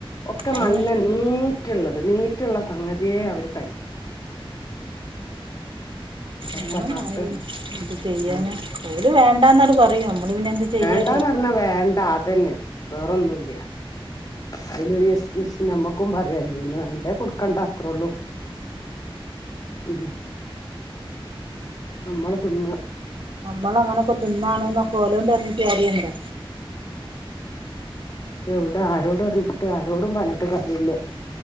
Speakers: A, on the left; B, on the right.
A: ഒക്കെ
B: അയിന്
A: നല്ല നീറ്റുള്ളത് നീറ്റുള്ള സംഗതിയെ അവർ ഇപ്പത്തെ
B: ഉ ആ
A: കാട്ട്
B: ആയി എന്ത് ചെയ്യാന
A: ആഹ്
B: ഓര് വേണ്ടന്നോട് പറയൂ നമ്മള് പിന്നെ എന്ത് ചെയ്യ
A: വണ്ടാന്ന് പറഞ്ഞാ വേണ്ട അതന്നെ വേറൊന്നുല്ല അതിലരു എസ് ക്ക്യൂസ് നമ്മൾക്കും പറയല്ല അതിന് വേണ്ടേ കൊടുക്കണ്ട അത്രേള്ളൂ ഉ നമ്മള് തിന്ന
B: നമ്മൾ അങ്ങനെൊക്കെ തിന്നണ എന്നൊക്കെ ഓലോണ്ട് പറഞ്ഞ് ട്ട് കാര്യണ്ടൊ
A: എവൗടെ ആരോട് പറഞ്ഞിട്ട് ആരോടും പറഞ്ഞിട്ട് കാര്യല്ല